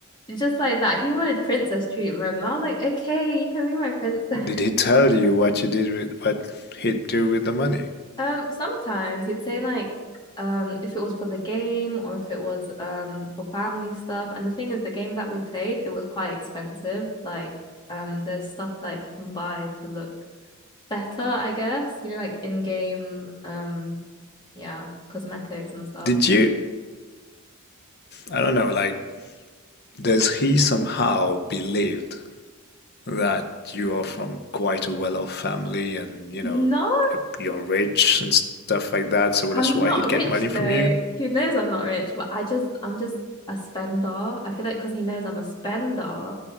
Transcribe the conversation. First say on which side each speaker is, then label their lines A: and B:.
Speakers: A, on the left; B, on the left.
A: just like that. He wanted princess treatment. and I was like, okay, you can be my princess.
B: Did he tell you what you did with what he'd do with the money?
A: Um, sometimes he'd say like um if it was for the game or if it was um for family stuff. And the thing is the game that we played, it was quite expensive. Like um there's stuff like you can buy to look better, I guess. You know, like in-game um yeah, cosmetics and stuff.
B: Did you, I don't know, like, does he somehow believed that you are from quite a well-off family and, you
A: No,
B: know, you're, you're rich and stuff like that, so
A: I'm
B: that's why
A: not
B: he'd get
A: rich
B: money from
A: though.
B: you?
A: He knows I'm not rich, but I just I'm just a spender. I feel like because he knows I'm a spender